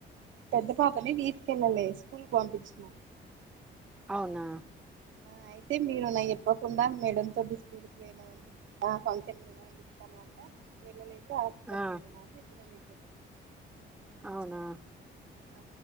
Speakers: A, on the right; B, in the centre.
A: పెద్ద పాపనే తీసుకెళ్ళలే స్కూల్ పంపించినమ్
B: అవునా
A: ఆ అయితే మీరు నేను చెప్పకుండా మేడం తో వద్దు స్కూల్ కి పోయిన్నాం అని చెప్పితే అ ఫంక్షన్ కి అని చెప్పాను అంటే వెళ్ళలేదు ఇగ హస్పిటల్
B: ఆ
A: కేలిన అని చెప్పినా నీకు
B: అవునా
A: ఆ